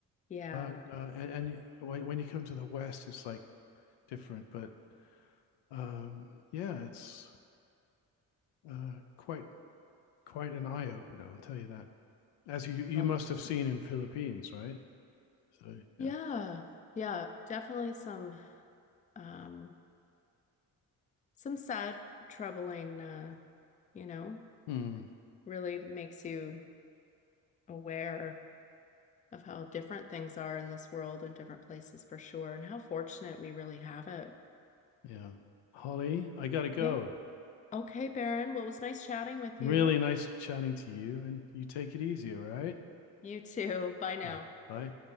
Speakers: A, on the left; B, on the left.
A: Yeah.
B: But uh, and, and y- when when you come to the West, it's like different. But um, yeah, it's uh, quite quite an eye opener, I'll tell you that. As you you
A: Um,
B: must have seen in Philippines, right? So
A: yeah.
B: yeah,
A: Yeah. Definitely some um some sad, troubling, uh, you know,
B: hmm,
A: really makes you aware of how different things are in this world and different places for sure, and how fortunate we really have it.
B: yeah. Holly, I gotta go.
A: Yeah. Okay, Baron. Well, it was nice chatting with
B: Really
A: you.
B: nice chatting to you, and you take it easy, all right?
A: You too. Bye now.
B: Yeah. Bye.